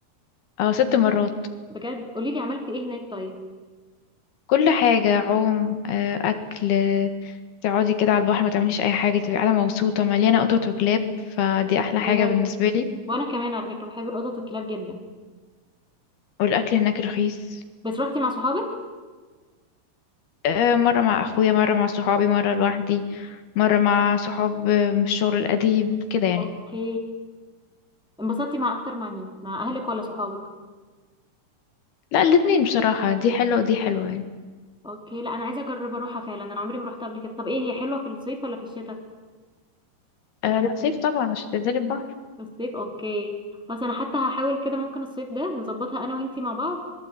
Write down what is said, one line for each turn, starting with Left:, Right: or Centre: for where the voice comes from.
Left: اه ست مرات
Centre: بجد قوليلي عملتي ايه هناك طيب
Left: كل حاجة عوم آه أكل تقعدي كده على البحر ما تعمليش أي حاجة تبقي قاعدة مبسوطة مليانة قطط وكلاب فدي أحلى حاجة
Centre: بجد
Left: بالنسبة لي
Centre: وانا كمان على فكرة بحب القطط والكلاب جدا
Left: والأكل هناك رخيص
Centre: بس رحتي مع صحابك
Left: آه، مرة مع أخويا مرة مع صحابي مرة لوحدي مرة مع صحاب آه، من الشغل القديم كده يعني
Centre: اوكي انبسطتي مع اكتر مع مين مع اهلك ولا صحابك
Left: لا الاتنين بصراحة دي حلوة ودي حلوة يعني
Centre: اوكي لا انا عايزه اجرب اروحها فعلا انا عمري ما رحتها قبل كده طب ايه هي حلوه في الصيف ولا في الشتاء
Left: أه لا صيف طبعا عشان تنزلي البحر
Centre: في الصيف اوكي بس انا حتى هحاول كده ممكن الصيف ده نظبطها انا وانتي مع بعض